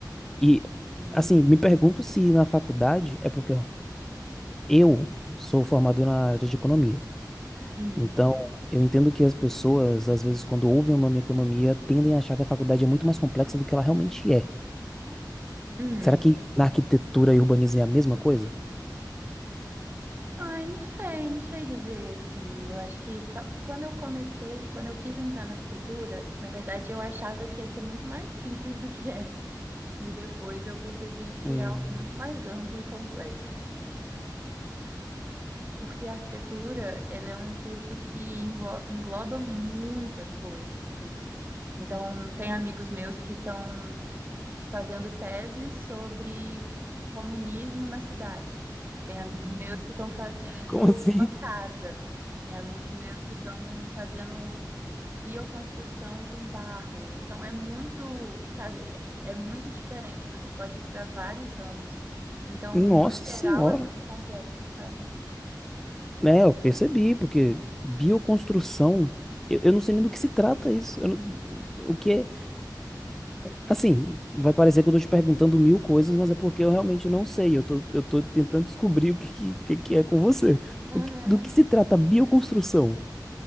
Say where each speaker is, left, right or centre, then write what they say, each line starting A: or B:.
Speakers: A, in the centre; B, on the right (about 30°).
A: E,
B: Hum,
A: assim, me pergunto se na faculdade é porque ó, eu sou formado na área de economia.
B: hum,
A: Então, eu entendo que as pessoas, às vezes, quando ouvem o nome economia, tendem a achar que a faculdade é muito mais complexa do que ela realmente é.
B: hum.
A: Será que na arquitetura e urbanismo é a mesma coisa?
B: Ai, não sei, não sei dizer assim. Eu acho que ta- quando eu comecei, quando eu quis entrar na arquitetura, na verdade eu achava que ia ser muito mais simples do que é. E depois eu percebi que
A: Hum,
B: é algo muito mais amplo e complexo, assim. Porque a arquitetura, ela é um curso que englo- engloba muitas coisas, assim. Então, tem amigos meus que estão fazendo teses sobre comunismo na cidade. Tem amigos meus que estão fazendo
A: como assim?
B: uma casa. Tem amigos meus que estão fazendo bioconstrução com barro. Então, é muito, sabe, é muito diferente. Você pode ir para vários ramos. Então,
A: Nossa
B: no geral,
A: senhora.
B: é muito complexo, sabe?
A: É, eu percebi, porque bioconstrução, eu, eu não sei nem do que se trata isso. Eu não- o que é. Assim, vai parecer que eu tô te perguntando mil coisas, mas é porque eu realmente não sei. Eu tô, eu tô tentando descobrir o que, que, que é com você.
B: Uhum.
A: O que- do que se trata a bioconstrução?